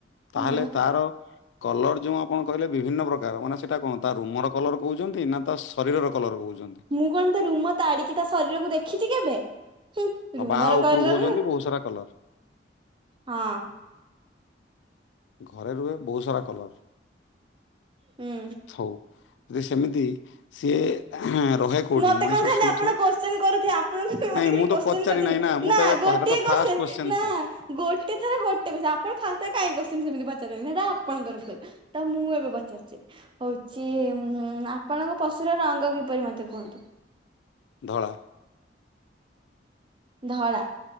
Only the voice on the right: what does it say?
ହୁଁ
ମୁଁ କଣ ତା ରୁମ ତାଡି଼କି ତା ଶରୀରକୁ ଦେଖିଛି କେବେ? ହୁଁ
ରୁମର
କଲର୍।
ହଁ।
ହୁଁ।
ମତେ
କଣ ଖାଲି
ଆପଣ କୋଶ୍ଚିନ୍ କରୁଥେ ଆପଣଙ୍କୁ ମତେ
କିଛି
କୋଶ୍ଚିନ୍
କରିଛନ୍ତି
ନା
ଗୋ
ଟିଏ
କୋଶ୍ଚିନ୍
ନା-
ଗୋଟେ ଥରେ ଗୋଟେ କୋଶ୍ଚିନ ଆପଣ ଫାଷ୍ଟରେ କାଇଁ କୋଶ୍ଚିନ୍ ସେମିତି ପଚାରିବେନି ସେଟା ଆପଣଙ୍କର ଭୁଲ। ତ ମୁଁ ଏବେ ପଚାରୁଛି। ହଉଛି ଉଁ ଆପଣଙ୍କ ପଶୁର ରଙ୍ଗ କିପରି ମତେ କୁହନ୍ତୁ। କୁହନ୍ତୁ।
ଧଳା।